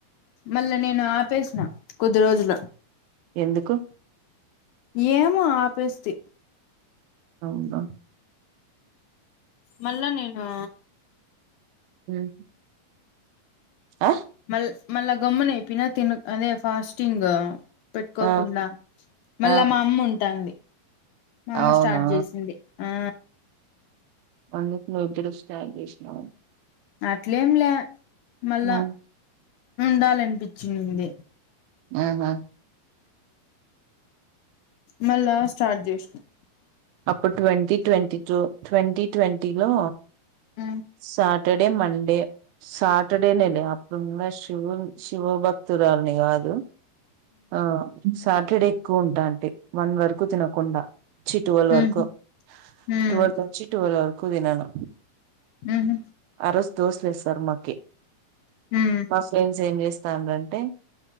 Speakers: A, on the left; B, on the right.
A: మళ్ళా నేను ఆపేసిన కొద్ది రోజులు
B: ఎందుకు
A: ఏ <unintelligible> ఆపేస్తీ
B: అవునా
A: మళ్ళా నేను
B: మ్ హూ ఆ
A: మళ్ మళ్ళా గొమ్మునైపోయినా తిను అదే ఫాస్టింగ్ పెట్టుకోకుండా
B: ఆ
A: మళ్ళా
B: ఆ
A: మా అమ్మ ఉంటాంది మా అమ్మ
B: అవునా
A: స్టార్ట్ చేసింది ఆ
B: అందుకు <unintelligible> ఇద్దరు స్టార్ట్ చేసినవ
A: అట్లేం లే మళ్ళ
B: ఉమ్,
A: ఉండాలనిపించింది
B: ఉహు
A: మళ్ళా స్టార్ట్ జేస్నం
B: అప్పు twenty twenty two twenty twenty లో
A: ఉమ్
B: సాట్ టర్డే మండే సాటర్డేనే లే అప్పుడు ఇంగ శివున్ శివభక్తురాల్ని కాదు. ఆ సాటర్డే ఎక్కువ ఉంటాంటి వన్ వరకు తినకుండా చి టువల్
A: ఉమ్
B: వరకు
A: ఉమ్
B: ట్వెల్త్ నుంచి టువల్ వరక్ క్కువ దినను
A: మ్మ్ హ్మ్
B: ఆ రోజు దోశలేస్సార్ మాకి
A: ఉమ్
B: మా ఫ్రెండ్స్ ఏం చేస్ తాండ్రి అంటే